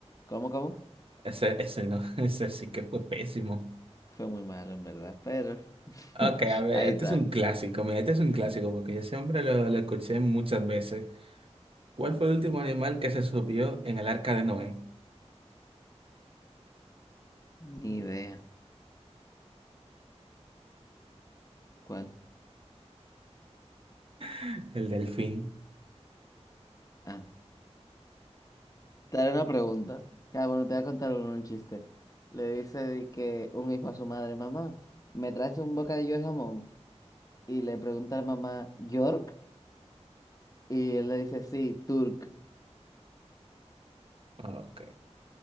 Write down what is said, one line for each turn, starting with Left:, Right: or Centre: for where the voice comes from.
Left: ¿Cómo, cómo?
Right: Ese, ese no, <laughs> ese sí que fue pésimo.
Left: Fue muy malo, en verdad, pero <laughs>
Right: Ok, a ver,
Left: ahí
Right: este
Left: está.
Right: es un clásico, mira, este es un clásico porque yo siempre lo, lo escuché muchas veces. ¿Cuál fue el último animal que se subió en el arca de Noé?
Left: Ni idea. ¿Cuál?
Right: <laughs> El delfín.
Left: Ah, te haré una pregunta. Ya, bueno, te voy a contar un, un chiste. Le dice de que un hijo a su madre, mamá, ¿me traes un bocadillo de jamón? Y le pregunta a la mamá, ¿York? Y él le dice, sí, Turk.
Right: Ok,